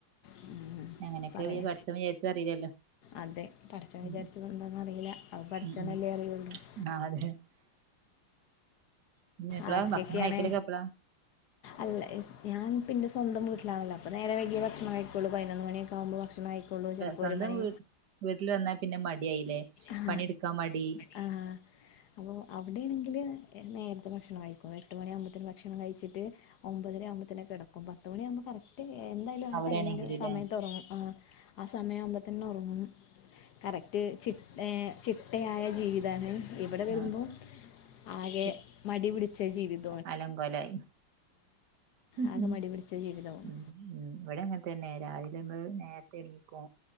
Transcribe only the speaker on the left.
ഉം,
പറയാം
അതെ പടച്ചോൻ
വിചാരിച്ചത് എന്താന്ന് അറിയില്ല അത് പടച്ചോനല്ലെ
അറിയുള്ളു. !
ആർക്കൊക്കെയാണ്
അല്ല ഹ് ഞാൻ പ്പോ ന്റെ സ്വന്തം <unintelligible> അപ്പോ നേരെ വൈകിയെ ഭക്ഷണം കഴികുള്ളു പതിനൊന്ന് മണികൊവുമ്പോ ഭക്ഷണം കഴിക്കുള്ളു ചെലപ്പോ
ഒരു മണി
ആ
ആ അപ്പോൾ അവിടെയാണെങ്കിൽ നേരത്തെ ഭക്ഷണം കഴിക്കും എട്ട് മണി ആകുമ്പത്തേന് ഭക്ഷണം കഴിച്ചിട്ട് ഒമ്പതര ആകുമ്പത്തനെ കിടക്കുബ <unintelligible> കറക്റ്റ് എന്തായാലും ആ
ടൈമില് സമയത്ത് ഒറങ്ങും ആ ആ സമയയാവുമ്പോതന്നെ <unintelligible> കറക്റ്റ് ചി എ ചിട്ടയായ ജീവിതം ആണ്? ഇവിടെ വരുമ്പോ
ആകെ
മടി പിടിച്ച ജീവിതം.
ആകെ മടി പിടിച്ച ജീവിതമാണ്